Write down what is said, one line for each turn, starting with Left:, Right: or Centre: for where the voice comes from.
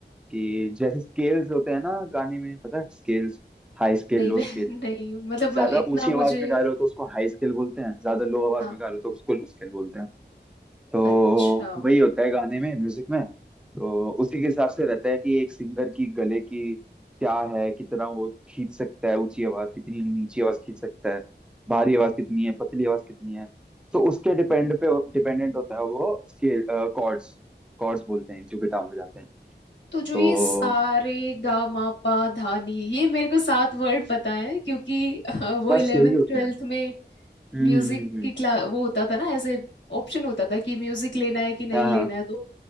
Centre: कि जैसे स्केल्स होते हैं ना गाने में पता है scales High scale
Left: नहीं
Centre: low
Left: वह
Centre: scale
Left: <laughs> नहीं मतलब
Centre: ज्यादा
Left: इतना
Centre: ऊंची आवाज
Left: मुझे
Centre: में गा रहे हो तो उसको हाई स्केल बोलते हैं ज्यादा लो आवाज
Left: हाँ
Centre: में गा रहे हो तो उसको लो स्केल बोलते हैं तो
Left: अच्छा
Centre: वही होता है गाने में म्यूजिक में तो उसी के हिसाब से रहता है कि एक सिंगर की गले की क्या है कितना वो खींच सकता है ऊंची आवाज कितनी नीची आवाज खींच सकता है भारी आवाज कितनी है पतली आवाज कितनी है तो उसके डिपेंड पे डिपेंडेंट होता है वो स्केल कॉर्ड्स कॉर्ड्स बोलते हैं जो गिटार में जाते हैं
Left: तो जो
Centre: तो
Left: ये सारे गा मा पा धा नी ये मेरे को सात वर्ड पता है क्योंकि <laughs> अ, वो
Centre: बस
Left: इलेवेंथ
Centre: यही होते
Left: ट्वेल्थ
Centre: हैं
Left: में
Centre: हम्म
Left: म्यूजिक
Centre: हम्म हम्म हम्म।
Left: की क्लास वो होता था ना ऐसे ऑप्शन होता था कि म्यूजिक लेना है कि नहीं
Centre: हाँ
Left: लेना है तो